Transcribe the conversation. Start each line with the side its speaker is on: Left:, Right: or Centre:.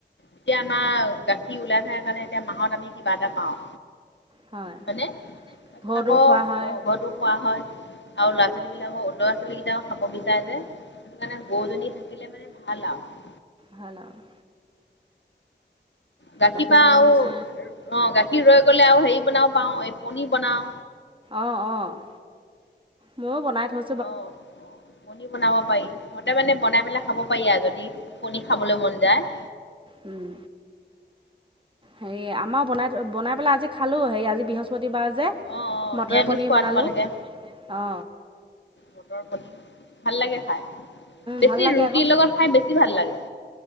Left: এতিয়া আমাৰ গাখীৰ ওলাই থাকাৰ কাৰণে এতিয়া মাহত আমি কিবা এটা পাওঁ।
Right: হয়।
Left: হয়নে? তাৰপিছত
Right: ঘৰতো
Left: আকৌ
Right: খোৱা হয়
Left: ঘৰতো খোৱা হয়। আৰু ল'ৰা ছোৱালী বিলাকৰ, ল'ৰা ছোৱালী কেইটাও খাব বিচাৰে যে, সেইটোকাৰণে গৰুজনী থাকিলে মানে ভাল আৰু।
Right: ভাল আৰু।
Left: গাখীৰ
Right: গাখীৰকণৰ
Left: বা আৰু
Right: নিচিনা
Left: অ', গাখীৰ ৰৈ গ'লে আৰু হেৰি বনাওঁ, পাও, এই পণীৰ বনাওঁ।
Right: অ', অ', ময়ো বনাই থৈ
Left: অ', পনীৰ বনাব পাৰি, ঘৰতে মানে বনাই পেলাই খাব পাৰি আৰু, যদি পনীৰ খাবলৈ মন যায়।
Right: উম। হেৰি, আমাৰ বনাই, বনাই পেলাই আজি খালোঁ, হেৰি আজি বৃহস্পতিবাৰ যে।
Left: অ অ
Right: মটৰ
Left: নিৰামিষ
Right: পনীৰ
Left: খোৱা
Right: বনালোঁ,
Left: তোমালোকে
Right: অ'।
Left: মটৰ পনীৰ ভাল লাগে খাই, বেছি
Right: ভাল লাগে
Left: ৰুটিৰ
Right: আকৌ
Left: লগত খাই বেছি ভাল লাগে।